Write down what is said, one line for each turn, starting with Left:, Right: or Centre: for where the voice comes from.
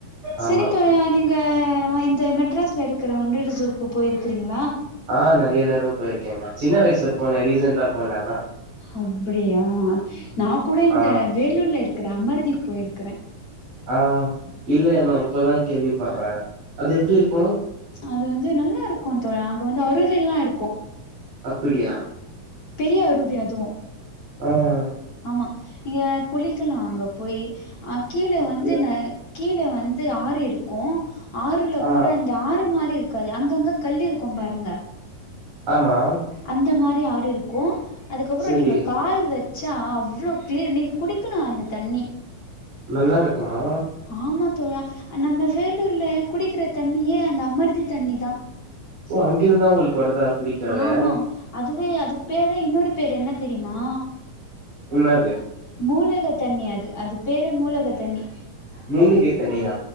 Right: ஆமா
Left: சரி தோழா நீங்க இங்க வந்து மெட்ராஸ்ல இருக்கிற வண்டலூ ஜூக்கு போய்ருக்கிறீங்களா
Right: ஆ நெறைய தடவ போயிருக்கேங்க சின்ன வயசுல போனே ரீசென்டா போல ஆனா
Left: அப்டியா நா கூட இந்த
Right: ஆ
Left: வேலூர்ல இருக்கிற அமரதிக்கு போயிருக்கறே
Right: ஆ இல்ல நா இப்பதா கேள்விப்பட்றே அது எப்டி இருக்கு
Left: அது வந்து நல்லா இருக்கு தோழா அங்க வந்து அருவி ல்லா இருக்கு
Right: அப்பிடியா
Left: பெரிய அருவி அதுவு
Right: ஆமா
Left: ஆமா நீங்க குளிக்கல்லா அங்க போய் அ கீழ
Right: அப்டியா
Left: வந்து ந கீழே வந்து ஆறு இருக்கு ஆறுல
Right: ஆ
Left: கூட இந் டாறு மாரி இருக்காது அங்கங்க கல் இருக்கு பாருங்க
Right: ஆமா
Left: அந்த மாரி ஆறு இருக்கு அதுக்கப்பறோ
Right: சேரி
Left: நீங்க கால் வ ச்சா அவ்ளோ க்ளியர் நீங்க குடிக்கலா அந்த தண்ணி
Right: நல்லா இருக்குமா
Left: ஆமா தோழா நம்ம வேலூர்ல குடிக்கிற தண்ணியே அந்த அமர்தி தண்ணி தா
Right: ஓ அங்கிருந்தா உங்களுக்கு வருதா பிடிக்கவே
Left: ஆமாம் அதுவே அதுக்கு பேர் இன்னொரு பேரு என்ன தெரியுமா
Right: என்னது
Left: மூலக தண்ணி அது அது பேரே மூலக தண்ணி
Right: மூலிகை தண்ணியா